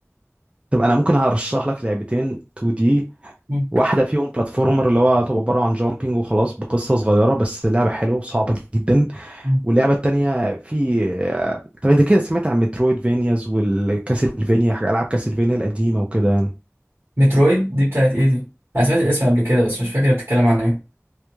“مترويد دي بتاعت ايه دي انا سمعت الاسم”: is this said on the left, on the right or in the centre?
Right